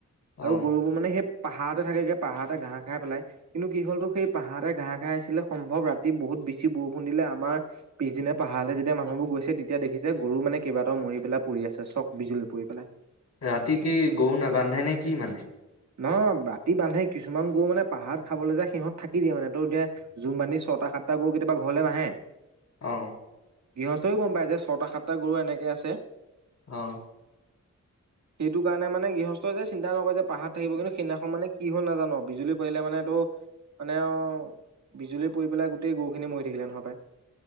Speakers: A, on the left; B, on the right.
A: অ
B: আৰু গৰুবোৰ মানে সেই পাহাৰতে থাকেগে পাহাৰতে ঘাহহ খাই পেলাই, কিন্তু কি হ'ল তো সেই পাহাৰাতে ঘাঁহ খাই আছিলে সম্ভৱ, ৰাতি বহুত বেছি বৰষুণ দিলে। আমাৰ পিছদিনা পাহাৰলে যেতিয়া মানুহবোৰ গৈছে তেতিয়া দেখিছে গৰু মানে কেইটাও মৰি পেলাই পৰি আছে চ বিজুলী পৰি পেলাই।
A: ৰাতি কি গৰুন নাবান্ধে নে কি মানে
B: নহ ৰাতি বান্ধে কিছুমান গৰু মানে পাহাৰ খাবলৈ যায় সিহঁত থাকি দিয়ে মানে, ত এতিয়া জুম বান্ধি ছটা ত সাতটা গৈ কেতিাবা ঘৰলে নাহে।
A: আহ।
B: গৃহস্থই গম পায় যে, ছটা সাতটা গৰু এনেকে আছে।
A: অ'।
B: সেইটো কাৰণে, মানে, গৃহস্থই যে চিন্তা নকৰে যে পাহাৰ কিন্তু সেইদিনাখন মানে, কি হল নাজানো, বিজুলী পৰিলে মানে, এইটো মানে, অ', বিজুলী পৰি পেলাই গোটেই গৰুখিনি মৰি থাকিলে, নহয় পায়।